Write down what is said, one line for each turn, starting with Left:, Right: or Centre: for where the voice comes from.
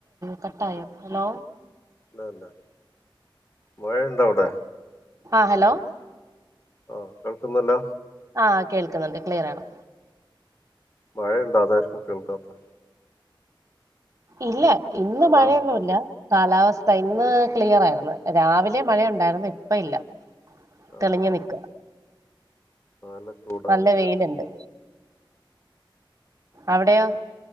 Right: കട്ടായോ ഹലോ
Left: നാ നാ മഴണ്ട അവിടെ?
Right: ആ ഹലോ
Left: ആഹ് കേൾക്കുന്നില്ല
Right: ആഹ് കേൾക്കുന്നുണ്ട് ക്ലിയർ ആണ്
Left: മഴ ഇണ്ട് അതായിരിക്കും കേിൾക്കാത്ത്
Right: ഇല്ലേ ഇന്ന്
Left: കാലാവസ്ഥ
Right: മഴയൊന്നുവില്ല കാലാവസ്ഥ ഇന്ന് ക്ലിയർ ആര്ന്ന് രാവിലെ മഴ ഒണ്ടാരന്ന് ഇപ്പം ഇല്ല
Left: ആഹ്
Right: തെളിഞ്ഞു നിക്ക
Left: നല്ല ചൂടാ
Right: നല്ല
Left: വെയിലൊണ്ട്
Right: വെയിലുണ്ട് അവിടെയോ?